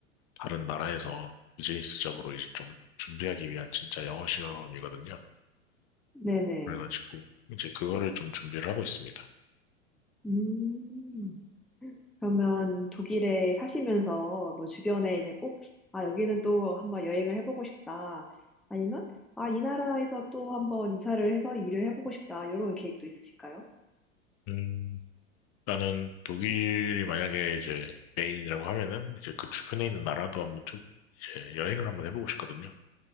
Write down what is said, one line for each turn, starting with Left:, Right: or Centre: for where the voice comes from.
Left: 다른 나라에서 비즈니스적으로 이제 좀 준비하기 위한 진짜 영어 시험이거든요.
Centre: 네네.
Left: 그래가지고 이제 그거를 좀 준비를 하고 있습니다.
Centre: 음, 그러면 독일에 사시면서 뭐 주변에 이제 꼭, 아, 여기는 또 한번 여행을 해보고 싶다. 아니면, 아, 이 나라에서 또 한번 이사를 해서 일을 해보고 싶다. 이런 계획도 있으실까요?
Left: 음, 나는 독일이 만약에 이제 메인이라고 하면은 이제 그 주변에 있는 나라도 한번 쭉 이제 여행을 한번 해보고 싶거든요.